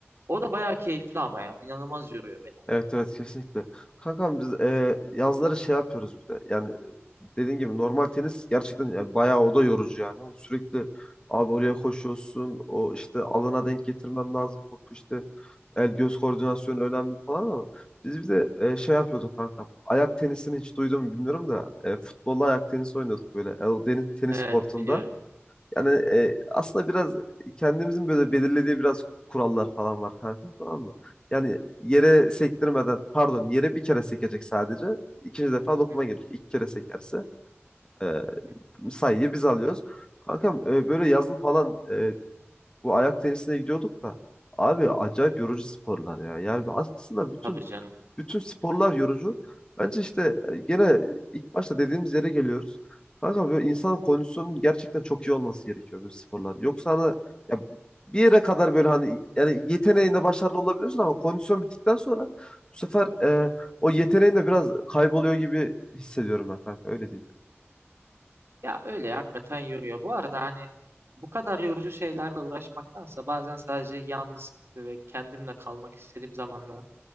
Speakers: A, on the right (about 60°); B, on the left (about 20°).
A: O da bayağı keyifli ama ya. İnanılmaz yoruyor beni.
B: Evet evet
A: Yani
B: kesinlikle. Kankam biz e, yazları şey yapıyoruz bir de. Yani dediğin gibi normal tenis gerçekten yani bayağı o da yorucu yani. Hani Sürekli abi oraya koşuyorsun. O işte alana denk getirmen lazım topu işte. El göz koordinasyonu önemli falan ama biz bir de e, şey yapıyorduk kankam. Ayak tenisini hiç duydun mu bilmiyorum da e, futbolla ayak tenisi oynuyorduk böyle. E, o deniz, tenis
A: Evet
B: kortunda.
A: biliyorum.
B: Yani
A: Hı
B: e,
A: hı,
B: aslında biraz kendimizin böyle belirlediği biraz kurallar falan var kanka tamam mı? Yani yere sektirmeden pardon yere bir kere sekecek sadece. İkinci defa dokuma
A: hı hı,
B: gerek. İlk kere sekerse e,
A: hı hı, hı
B: sayıyı biz alıyoruz. Kankam e, böyle yazın falan e, bu ayak tenisine gidiyorduk da abi acayip
A: hı.
B: yorucu sporlar ya. Yani aslında bütün
A: Tabii canım.
B: bütün sporlar yorucu. Bence işte e, gene ilk başta dediğimiz yere geliyoruz. Kanka böyle insanın kondisyonunun gerçekten çok iyi olması gerekiyor böyle sporlar. Yoksa hani ya bir yere kadar böyle hani yani yeteneğinde başarılı olabiliyorsun ama kondisyon bittikten sonra bu sefer e,
A: Hı hı.
B: o yeteneğin de biraz kayboluyor gibi hissediyorum ben kanka öyle değil mi?
A: Ya öyle hakikaten yoruyor. Bu arada hani bu kadar yorucu şeylerle uğraşmaktansa bazen sadece yalnız ve kendimle kalmak istediğim zamanlar